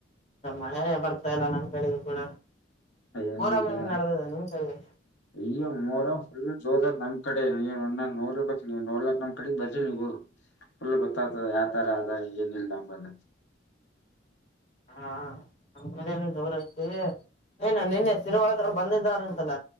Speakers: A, on the left; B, on the left.
A: ಮಳೆನೇ ಬರ್ತಾ ಇಲ್ಲ ನಂಗ ಕಡೆಗ ಕೂಡ
B: ಎಲ್ಲಿಗೆ
A: ಮೊಹರಂ ಹೆಂಗ್ ನಡ್ದದ ನಿಮ್ ಕಡೆಗೆ
B: ಇಲ್ಲಾ ಮೋರಫು ಇನ್ನು ಜೋರಾಗಿ ಕಡೆ ನೀ ನೋಡ್ರ್ಬೇಕ ನೀ ನೋಡ್ಲಕ್ ನಮ್ ಕಡೆ ಬರ್ರಿ ನೀವು ಗೊತ್ತ ಯಾವ ತರ ಅದ ಏನ ಇಲ್ಲ ನಂಬ <inaudible>
A: ಹಾ ನಮ್ಮ ಕಡೆನು ಜೋರ ಐತಿ ಏನ ನಿನ್ನೆ ತಿರುರುವಳಗ ಅವರು ಬಂದಿದ್ದಾರ ಅಂತಲ್ಲ